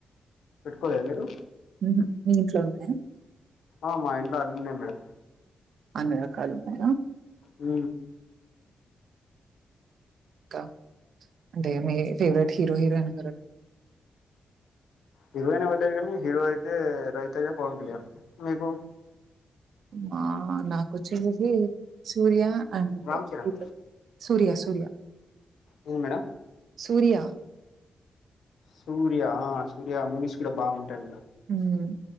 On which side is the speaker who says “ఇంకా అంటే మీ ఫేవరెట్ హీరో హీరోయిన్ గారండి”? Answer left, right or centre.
Right